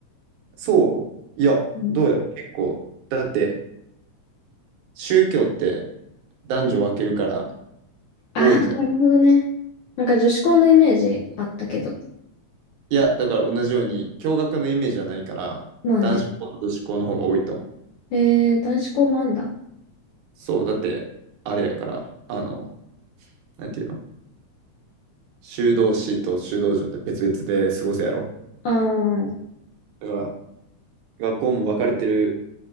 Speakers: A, on the right (about 80°); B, on the left (about 75°).
A: そういや、
B: うん
A: どうやろう結構。だって、宗教って男女分けるから
B: ああ、
A: 多いんじゃん。
B: なるほどね。なんか女子校のイメージあったけど。
A: いや、だから同じように、共学のイメージはないから、
B: まあね。
A: 男子校と女子校の方が多いと思う。
B: えー、男子校もあんだ。
A: そう、だって、あれやから、あの、なんていうの修道士と修道女って別々で過ごすやろ。
B: ああ、
A: だから、学校も分かれてる